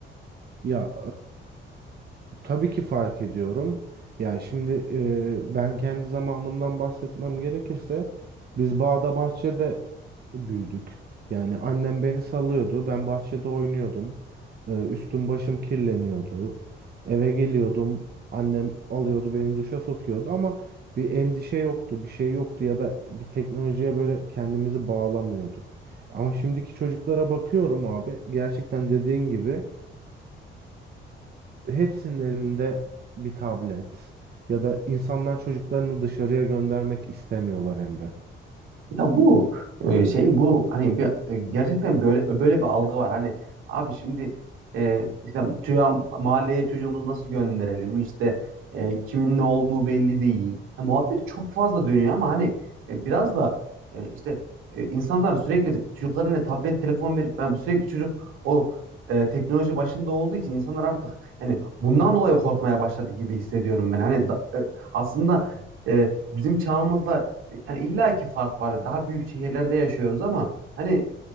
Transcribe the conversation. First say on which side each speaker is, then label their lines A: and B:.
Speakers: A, on the right; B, on the right.
A: Ya Tabii ki fark ediyorum. Yani şimdi eee, ben kendi zamanımdan bahsetmem gerekirse biz bağda bahçede büyüdük. Yani annem beni salıyordu. Ben bahçede oynuyordum. Eee, üstüm başım kirleniyordu. Eve geliyordum. Annem alıyordu beni duşa sokuyordu ama bir endişe yoktu, bir şey yoktu ya da bir teknolojiye böyle kendimizi bağlamıyorduk. Ama şimdiki çocuklara bakıyorum abi. Gerçekten dediğin gibi hepsinin elinde bir tablet ya da insanlar çocuklarını dışarıya göndermek istemiyorlar Emre.
B: Ya bu e, şey bu hani bir, e, gerçekten böyle böyle bir algı var. Hani abi şimdi e, işte çocuğa, mahalleye çocuğumuzu nasıl gönderelim? İşte e, kimin ne olduğu belli değil. Ha, muhabbet çok fazla dönüyor ama hani e, biraz da e, işte e, insanlar sürekli çocuklarına tablet telefon verip ben sürekli çocuk o e, teknoloji başında olduğu için insanlar artık yani bundan dolayı korkmaya başladı gibi hissediyorum ben. Hani da- e, aslında e, bizim çağımızla yani illa ki fark var. Daha büyük şehirlerde yaşıyoruz ama hani